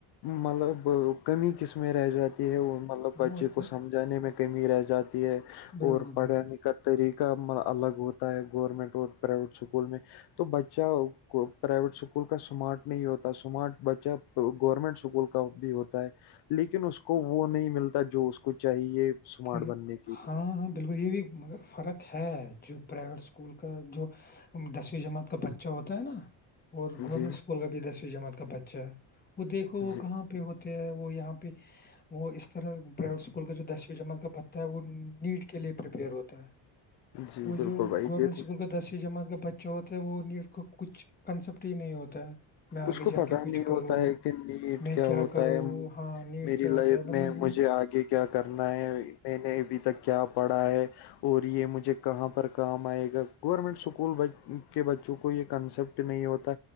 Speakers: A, on the left (about 60°); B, on the left (about 20°).
A: مطلب کمی قسمیں رہ جاتی ہے وہ مطلب
B: وہ
A: بچے
B: ہوتا
A: کو
B: ہے
A: سمجھانے میں کمی رہ جاتی ہے
B: بالکل
A: اور پڑھانے
B: بالکل
A: کا طریقہ کا الگ ہوتا ہے گورنمنٹ اور پرائیویٹ اسکول میں تو بچہ پرائیویٹ اسکول کا سمارٹ نہیں ہوتا سمارٹ بچہ گورنمنٹ اسکول کا بھی ہوتا ہے لیکن اس کو وہ نہیں ملتا جو اس کو چاہیے سمارٹ
B: فرق
A: بننے کے
B: ہاں
A: لیے
B: ہاں بالکل یہ بھی مگر فرق ہے جو پرائیویٹ اسکول کا جو دسویں جماعت کا بچہ ہوتا ہے نا اور گورنمنٹ
A: جی
B: اسکول کا بھی دسویں جماعت کا بچہ ہے وہ دیکھو وہ
A: جی
B: کہاں پہ ہوتے ہیں وہ یہاں پہ وہ اس طرح پرائیویٹ اسکول اسکول کا جو دسویں جمعت کا بتتا ہے وہ نیٹ کے لیے پریپیئر ہوتا ہے
A: جی
B: وہ جو
A: بالکل بھائی
B: گورنمنٹ
A: دیکھو
B: اسکول کا دسویں جماعت کا بچ جو ہوتا ہے وہ نیٹ کو کچھ کنسیپٹ ہی نہیں ہوتا ہے میں آگے
A: اس کو
B: جا
A: پتا
B: کے کچھ
A: نہیں
B: کرو
A: ہوتا ہے کہ نیٹ
B: میں
A: کیا ہوتا
B: کرو
A: ہے
B: ہاں نیٹ
A: میری
B: کیا
A: لائف
B: ہوتا ہے مطلب
A: میں
B: وہ
A: مجھے آگے کیا کرنا ہے میں نے ابھی تک کیا پڑھا ہے اور یہ مجھے کہاں پر کام آئے گا گورنمنٹ اسکول کے بچوں کو یہ کنسپٹ نہیں ہوتا